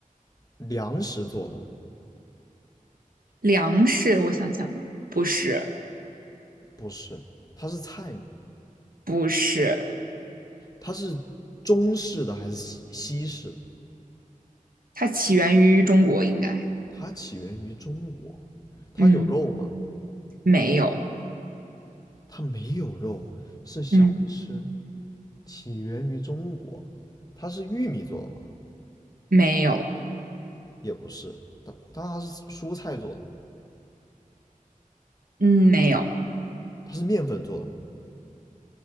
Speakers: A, on the left (about 25°); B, on the right (about 85°).
A: 粮食做的吗？
B: 粮食，我想想，不是，
A: 不是，它是菜吗？
B: 不是，
A: 它是中式的还是西西式的？
B: 它起源于中国，应该，
A: 它起源于中国，它有肉吗？
B: 嗯，没有，
A: 它没有肉，是小吃，
B: 嗯，
A: 起源于中国。它是玉米做的吗？
B: 没有，
A: 也不是，它但它是蔬菜做的嘛，
B: 嗯，没有，
A: 它是面粉做的嘛，